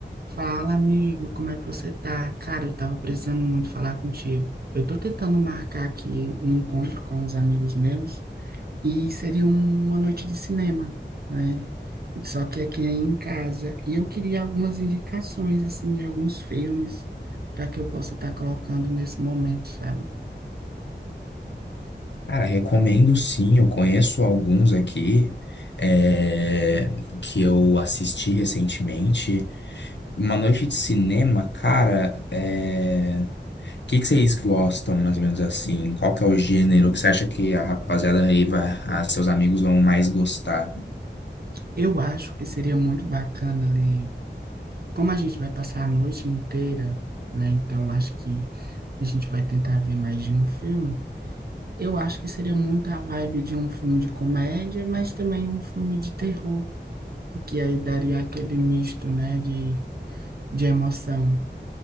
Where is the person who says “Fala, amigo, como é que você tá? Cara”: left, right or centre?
Right